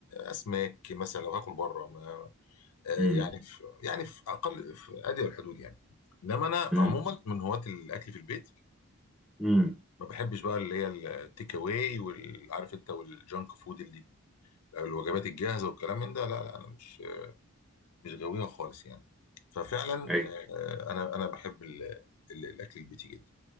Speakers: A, on the left; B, in the centre.
A: اسماك مثلا لو هاكل بره ما آه،
B: مم،
A: يعني في يعني في اقل في ادي الحدود يعني انما انا
B: مم،
A: عموما من هواة الاكل في البيت
B: مم.
A: ما بحبش بقى اللي هي التيك اواي والعارف انت والجانك فود اللي الوجبات الجاهزه والكلام من ده لا لا انا مش مش غاوية خالص يعني ففعلا
B: ايوه
A: آه، انا انا بحب ال- ال- الاكل البيتي جدا